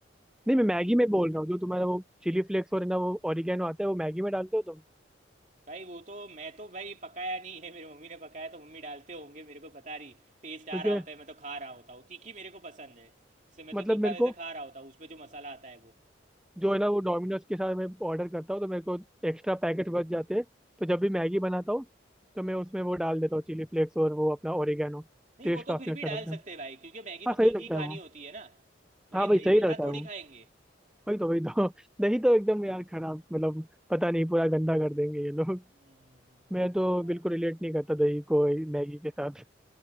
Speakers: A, in the centre; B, on the right.
A: नहीं मैं मैगी में बोल रहा हूँ जो तुम्हारा वो चिली फ्लेक्स और है ना वो ओरिगेनो आता है वो मैगी में डालते हो तुम
B: भाई वो तो मैं तो भाई पकाया नहीं है मेरी मम्मी ने पकाया तो मम्मी डालते होंगे मेरे को पता नहीं टेस्ट आ
A: क्योंकि
B: रहा होता है मैं तो खा रहा होता हूँ तीखी मेरे को पसंद है इससे मैं
A: मतलब
B: तो तीखा
A: मेरे को
B: वैसे खा रहा होता हूँ उसमें जो मसाला आता है वो
A: जो है ना वो डोमिनोज के साथ मैं ऑर्डर करता हूँ तो मेरे को एक्स्ट्रा पैकेट बच जाते हैं तो जब भी मैगी बनाता हूँ तो मैं उसमें वो डाल देता हूँ चिली फ्लेक्स और वो अपना ओरिगेनो
B: नहीं
A: टेस्ट
B: वो तो
A: काफी
B: फिर
A: अच्छा
B: भी डाल
A: लगता
B: सकते
A: है
B: हैं भाई क्योंकि मैगी
A: हाँ
B: तो
A: सही
B: तीखी
A: लगता
B: ही खानी
A: है वो
B: होती है ना लेकिन
A: हाँ भाई
B: दही
A: सही
B: के
A: लगता
B: साथ थोड़ी
A: है वो
B: खाएंगे
A: वही तो वही तो <laughs> दही तो एकदम यार खराब मतलब पता नहीं पूरा गंदा कर देंगे ये लोग <laughs>
B: हम्म,
A: मैं तो
B: और
A: बिल्कुल रिलेट नहीं करता दही को मैगी के साथ